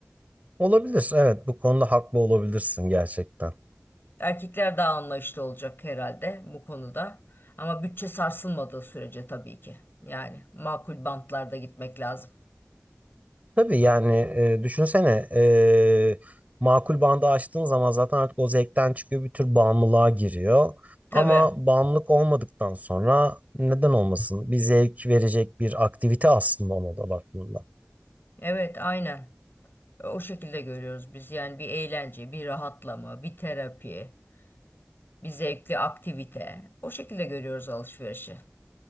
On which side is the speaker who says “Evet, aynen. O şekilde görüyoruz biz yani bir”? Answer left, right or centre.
Left